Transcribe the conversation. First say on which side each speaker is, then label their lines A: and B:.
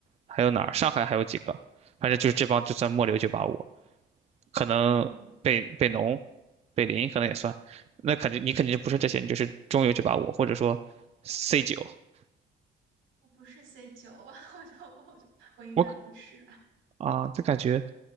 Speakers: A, on the right (about 30°); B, on the right (about 80°).
A: 还有哪儿？上海还有几个？反正就是这帮就算末流九八五，可能北北农、
B: 嗯，
A: 北林可能也算。那肯定你肯定就不是这些，你就是中游九八五或者说 C 九。
B: 我不是 C 九，<laughs> 我就我就我应该不是。
A: 我啊，这感觉